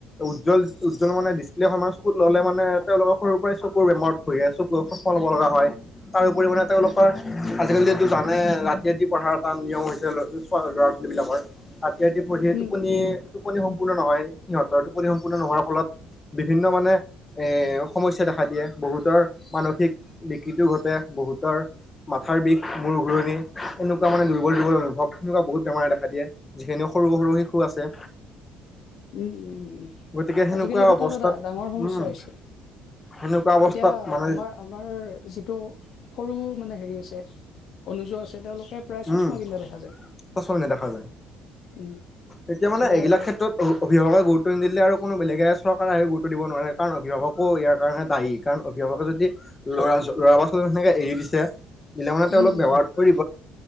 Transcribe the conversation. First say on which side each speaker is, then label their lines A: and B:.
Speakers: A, on the left (about 25°); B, on the left (about 60°).
A: উ উজ্বল উজ্বল মানে ডিছপ্লেৰ খন চকুত ল'লে মানে তেওঁলোকৰ সৰুৰ পৰাই চকুৰ বেমাৰত ভুগেকে চচমা ল'ব লগা হয় তাৰপৰি মানে তেওঁলোক। আজিকালি যটো জানে ৰাতি ৰাতি পঢ়াৰ এটা নিয়ম হৈছে ল'ৰা ছোৱালী বিলাকৰ। ৰাতি ৰূ পঢ়ি
B: উম উম উম
A: টোপনি
B: উম উম উম
A: টোপনি সম্পূৰ্ণ নহয় সিহঁত। ফলট টোপনি সম্পূৰ্ণ নোহোৱাৰ ফলত বিভিন্ন মানে। এৰ সমস্যা দেখা দিয়ে, বহুতৰ মানসিক বিকতিও ঘটে বহুতৰ। মাথাৰ বিষ, মূৰ ঘূৰণি এনেকুৱা মানে দুৰ্বল দুৰ্বল অনুভৱ এনেকুৱা বহুত বেমাৰে দেখা দিয়ে। যিখিনি সৰু সৰু শিশু আছে।
B: উম, উম, উম,
A: গতিকে সেনেকুৱা
B: আজিকালি সেইটো
A: অৱস্থাত
B: এটা এটা ডাঙৰ সমস্যা
A: উম
B: হৈছে।
A: সেনেকুৱা অৱস্থাত
B: এতিয়া আ
A: মানে
B: আমাৰ আমাৰ যিটো সৰু মানে হেৰি ছে অনুজ ও আছে তেওঁলোকে প্ৰায় চশমা
A: উম
B: পিন্ধা দেখা যায়।
A: সচল নেদেখা যায়
B: উম,
A: এতিয়া
B: মানে
A: এইবিলাক
B: এ
A: ক্ষেত্ৰত অভিভাৱকে গুৰুত্ব নিদিলে আৰু কোনো বেলেগে চৰকাৰে আহি গুৰুত্ব দিব নোৱাৰে কাৰণ অভিভাৱকো ইয়াৰ কাৰণে দায়ী। কাৰণ অভিভাৱকে যদি ল'ৰা-ছোৱালীৰ বা ছোৱালীক সেনেকে এৰি দিছে। নগাঁওতে
B: উম
A: অলপ
B: উম
A: বেমাৰত
B: উম
A: পৰি।